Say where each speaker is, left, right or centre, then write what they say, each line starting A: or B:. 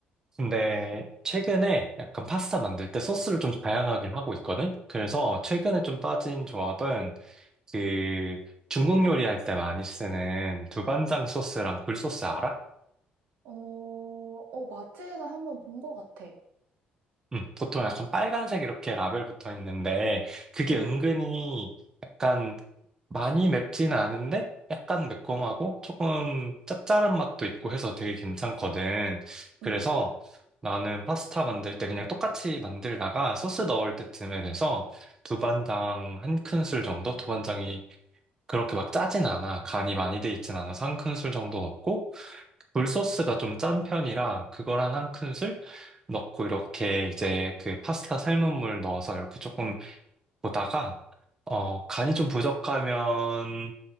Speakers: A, on the right; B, on the right.
A: 근데 최근에 약간 파스타 만들 때 소스를 좀 다양하게 하고 있거든? 그래서 최근에 좀 빠진 조합은 그 중국 요리할 때 많이 쓰는 두반장 소스랑 굴소스 알아?
B: 어, 어, 마트에서 한번 본 거 같아.
A: 응, 보통 약간 빨간색 이렇게 라벨 붙어 있는데 그게
B: 응,
A: 은근히 약간 많이 맵지는 않은데 약간 매콤하고 조금 짭짤한 맛도 있고 해서 되게 괜찮거든. 그래서
B: 응.
A: 나는 파스타 만들 때 그냥 똑같이 만들다가 소스 넣을 때쯤에 돼서 두반장 한 큰술 정도? 두반장이 그렇게 막 짜진 않아. 간이 많이 돼 있진 않아서 한 큰술 정도 넣고, 굴소스가 좀 짠 편이라 그걸 한 한 큰술 넣고 이렇게 이제 그 파스타 삶은 물 넣어서 이렇게 조금 보다가, 어, 간이 좀 부족하면